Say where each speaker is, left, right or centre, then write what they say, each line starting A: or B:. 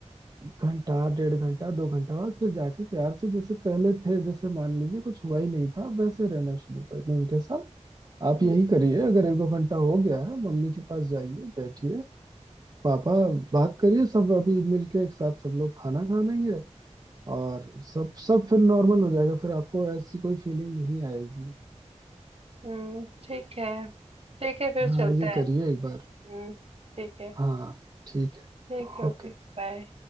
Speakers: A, on the right; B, on the right.
A: घंटा डेढ़ घंटा दो घंटा बाद फिर जाके प्यार से जैसे पहले थे जैसे मान लीजिए कुछ हुआ ही नहीं था वैसे रहना शुरू कर दें उनके साथ आप
B: हुँ,
A: यही करिए अगर एक दो घंटा हो गया है मम्मी के पास जाइए बैठिए पापा बात करिए सब अभी मिलके एक साथ सब लोग खाना खा लेंगे और सब सब फिर नॉर्मल हो जाएगा फिर आपको ऐसी कोई फीलिंग नहीं आएगी
B: हुँ, ठीक है। ठीक है, फिर
A: हाँ
B: चलते
A: ये
B: हैं।
A: करिए एक बार
B: हुँ, ठीक है।
A: हाँ ठीक है
B: ठीक है, ओके,
A: ओके
B: बाय।